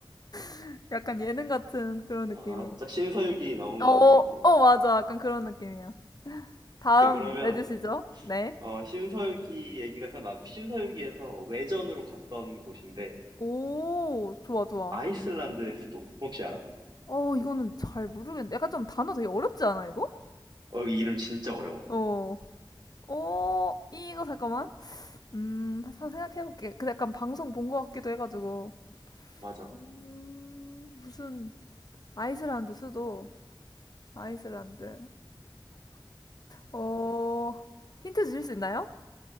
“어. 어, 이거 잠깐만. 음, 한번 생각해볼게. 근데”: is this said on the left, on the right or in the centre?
Left